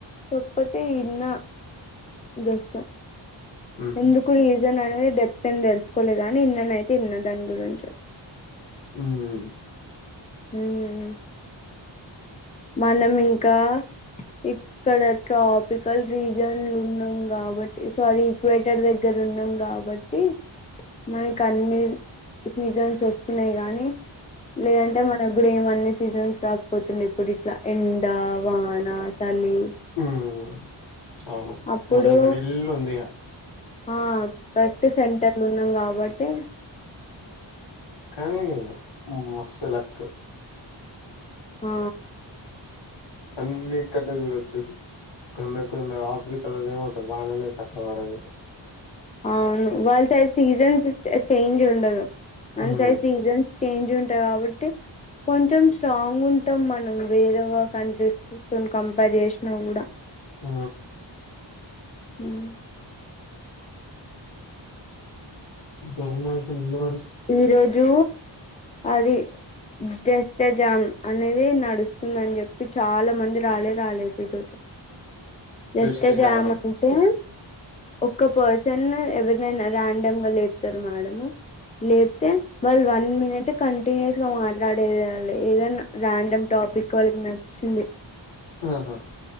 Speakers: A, on the left; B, on the left.
A: కాకపోతే ఇన్న దోస్త
B: ఉమ్
A: ఎందుకు నీజంగానే డెబ్ ఎం తెలుసుకోలే గాని ఇన్ననైతే ఇన్న దాని గురించి
B: ఉం
A: ఉమ్ హ్ మనం ఇంకా ఇక్కడ ట్రాపికల్ రీజన్లు ఉన్నాం కాబట్టి సారీ ఈక్వేటర్ దగ్గర ఉన్నాం కాబట్టి మనకి అన్ని సీజన్స్ వస్తున్నాయి గానీ లేదంటే మన ఇప్పుడు ఏమన్ని సీజన్స్ రాకపోతుంది, ఇప్పుడు ఎండా వానా సలీ
B: ఉమ్
A: అప్పుడు
B: మల మెడిల్ ఉందిగ
A: ఆ కరెక్ట్ సెంటర్ ఉం న్నం కాబట్టి
B: కవి అస్ సో లక్
A: ఆ
B: అన్ని ఇక్కన్నే చూడొచ్చు. కొందర్ కొందర్ ఆఫ్రిక లోనే <unintelligible> వాడదు
A: అవును వాళ్ ట సీజన్స్ చే చేంజ్ ఉండదు. అంతై
B: ఉమ్
A: సీజన్స్ చేంజ్ ఉంటది కాబట్టి, కొంచెం స్ట్రాంగ్ ఉంటాం మనం, వేరేవ కంట్రీస్ కంపేర్ చేసినా కూడా
B: ఆ
A: ఉమ్
B: బహుమాసం నిన్న వాడు
A: ఈ రోజు అది జస్ట్ ఎ జామ్ అనేది నడుస్తుందని చెప్పి చాలా మంది రాలే రాలేదు ఈరోజు జస్ట్
B: దిష్టి
A: ఎ జామ్
B: దామ
A: అంటే ఒక్క పర్సన్ ఎవర్ నన్ను ర్యాండం గా లేపుతరు మాడము లేప్తే వల్ వన్ మినిటు కంటిన్యూస్ గా మాట్లాడేది వాళ్ళు ఏదన్న ర్యాండమ్ టాపిక్ వాళ్ళకి నచ్చింది.
B: ఆహా